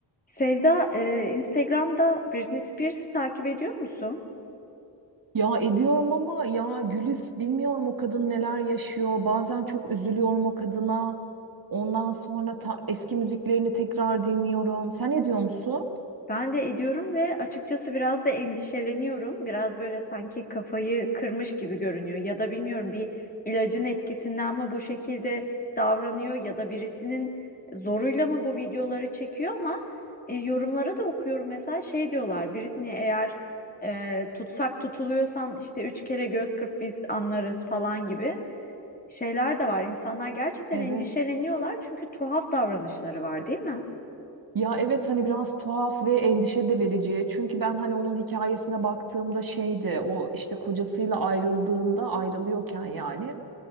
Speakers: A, on the left (about 20°); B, on the right (about 50°).
A: Sevda, e, Instagram'da Britney Spears'ı takip ediyor musun?
B: Ya ediyorum ama ya Gülis bilmiyorum o kadın neler yaşıyor. Bazen çok üzülüyorum o kadına. Ondan sonra ta- eski müziklerini tekrar dinliyorum. Sen ediyor musun?
A: Ben de ediyorum ve açıkçası biraz da endişeleniyorum. Biraz böyle sanki kafayı kırmış gibi görünüyor. Ya da bilmiyorum bir ilacın etkisinden mi bu şekilde davranıyor ya da birisinin zoruyla mı bu videoları çekiyor ama e, yorumlara da okuyorum mesela şey diyorlar Britney eğer e, tutsak tutuluyorsan işte üç kere göz kırp biz anlarız falan gibi. şeyler de var. İnsanlar gerçekten
B: Evet.
A: endişeleniyorlar çünkü tuhaf davranışları var, değil mi?
B: Ya evet hani biraz tuhaf ve endişe de verici. Çünkü ben hani onun hikayesine baktığımda şeydi o işte kocasıyla ayrıldığında ayrılıyorken yani